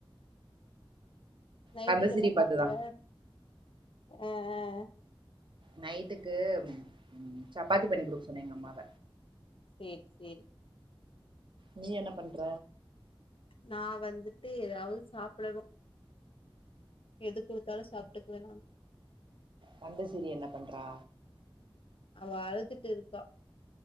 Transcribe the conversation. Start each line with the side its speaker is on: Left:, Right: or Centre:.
Left: நைட்டுக்கு
Right: கந்த சீரி
Left: என்ன சாப்பிடுவ
Right: பாத்துதா
Left: அஹஹேஹ.
Right: நைட்டுக்கு உம் சப்பாத்தி பண்ணி குடுக்க சொன்ன எங்க அம்மாவ.
Left: சேரி சேரி
Right: நீ என்ன பண்ற.
Left: நா வந்துட்டு ஏதாவது சாப்புடணு. எது குடுத்தாலும் சாப்ட்டுக்குவ நானு.
Right: கந்தசிரி என்ன பண்றா.
Left: அவ அழுதுட்டு இருக்கா.